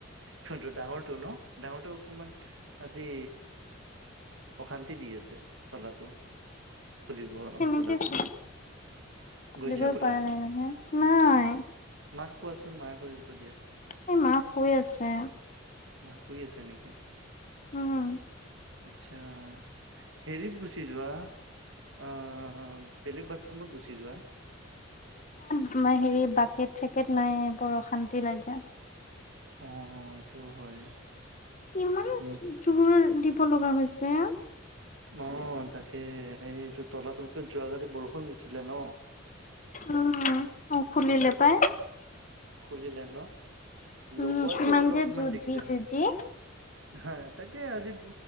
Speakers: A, on the right; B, on the left.
A: কিন্তু ডাঙৰটো ন, ডাঙৰটো অকমান আজি অশান্তি দি আছে তলাটো খুলিব খোলাটো
B: নেকে খ খুলিবই
A: গৈছে খোলা
B: পৰা নাই নহয়, নাই।
A: মাক কোৱাচোন মায়ে কল দীপ দিয়া।
B: এই মা শুই আছে।
A: মা শুই আছে নেকি।
B: উম
A: আচ্ছা, হেৰিত গুচি যোৱা আহ। বেলেগ বাথৰুমত গুচি যোৱা।
B: তোমাৰ হেৰি বাকেট-চাকেত নাই বৰ অশান্তি লাগে।
A: অ', এইটোও হয়।
B: ইমান
A: উম
B: জোৰ দিব লগা হৈছে।
A: অ', তাকে এই ৰ তলতকে যোৱাকালি বৰষুণ দিছিলে ন।
B: অ', অ', খুলিলে
A: এইটো
B: পাই।
A: খুলিলে ন?
B: উম
A: লগোৱাটো
B: কিমান
A: অলপমান
B: যে যুঁজি
A: দিগদাৰ।
B: যুঁজি
A: হা, তাকে আজি